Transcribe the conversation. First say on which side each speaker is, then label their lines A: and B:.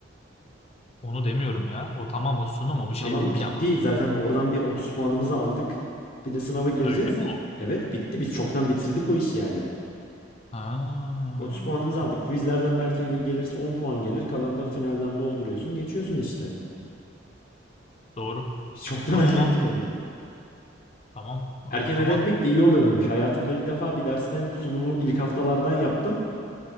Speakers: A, on the left; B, on the left.
A: onu demiyorum ya. O tamam o sunum o bir şey
B: Tamam
A: değil
B: bitti.
A: ki ama.
B: Zaten oradan bir 30 puanımızı aldık. Bir de sınava gireceğiz.
A: Öyle mi o?
B: Evet bitti. Biz çoktan bitirdik o işi yani.
A: Ha,
B: 30 puanımızı
A: tamam.
B: aldık. Quizlerden belki gelirse 10 puan gelir. Kalanı da finalden dolduruyorsun. Geçiyorsun işte.
A: Doğru.
B: Biz çoktan
A: Tamam
B: <laughs> hallettik
A: abi.
B: onu.
A: Tamam. Aa,
B: Erken
A: o zaman
B: halletmek de iyi oluyormuş. Hayatımda ilk defa bir dersten sunumu ilk haftalardan yaptım.